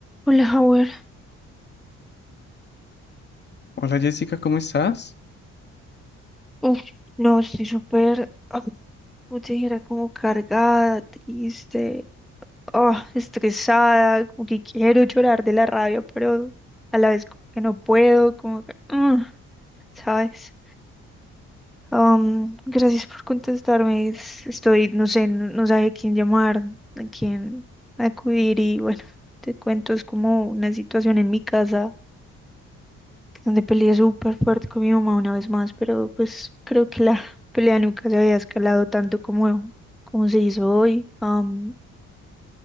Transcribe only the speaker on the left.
Hola Jessica, ¿cómo estás?